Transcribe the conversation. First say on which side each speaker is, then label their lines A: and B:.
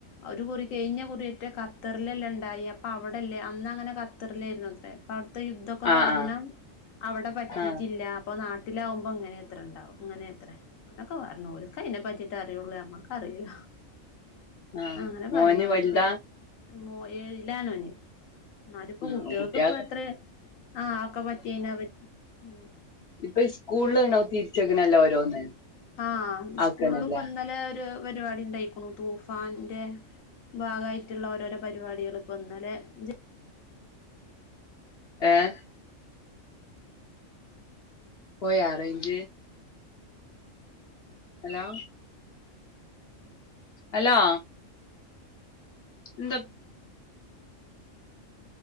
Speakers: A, on the left; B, on the left.
A: ഒരു കുറി കഴിഞ്ഞ കുറിയറ്റ കത്തറിലല്ലേ ഇണ്ടായേ അപ്പ അവടല്ലേ അന്നങ്ങനെ കത്തറിലായിരുന്നത്രേ അവട്ത്തെ യുദ്ധൊക്കെ
B: ആഹ്
A: കാരണം അവടെ പറ്റിട്ടില്ല.
B: ആഹ്
A: അപ്പ നാട്ടിലാകുമ്പോ ഇങ്ങനെത്ര ഇണ്ടാവാ ഇങ്ങനെത്രേ അനൊക്കെ പറഞ്ഞു ഓൽക്കല്ലേ അയിനെ പറ്റിട്ട് അറിയൊള്ളൂ അമ്മക്കറില്ല
B: ആഹ്
A: അങ്ങനെ
B: മോന്
A: പറഞ്ഞോനത്.
B: വലുതാ
A: മോ ഏഴ്ല്ലാണോന് ഇന്നാല്ക്ക്പ്പോ
B: ആഹ്
A: കുട്ടിയേൾക്ക്പ്പത്രേ
B: കുട്ട്യാക്ക്
A: ആഹ് ഒക്കെ പറ്റി എങ്ങനെ പ ഹ്മ്മ്
B: ഇപ്പ സ്കൂളിലിങ്ങനെ തിരിച്ചക്ക്നല്ലോ ഓരോന്ന്
A: ആഹ് സ്കൂള്ല്പ്പന്നലെ
B: ആക്കണല്ലേ
A: ഒര് പരിപാടി ഇണ്ടായിക്ക്ണു തൂഫാന്റെ ഭാഗമായിട്ട്ള്ള ഓരോരോ പരിപാടികള് ഇപ്പ ഇന്നലെ ജ
B: ഏഹ് പോയ റൈഞ്ച് ഹലോ അലോ എന്ത